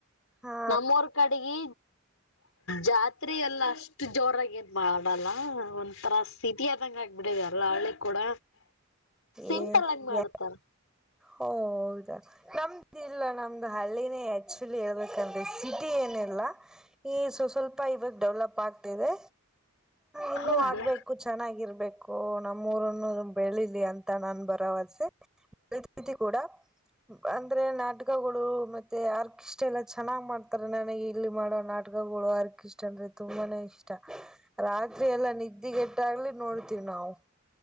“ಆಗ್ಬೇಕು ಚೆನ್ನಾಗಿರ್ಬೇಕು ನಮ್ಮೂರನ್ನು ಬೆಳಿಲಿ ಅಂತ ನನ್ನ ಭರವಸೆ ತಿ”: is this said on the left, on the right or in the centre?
Centre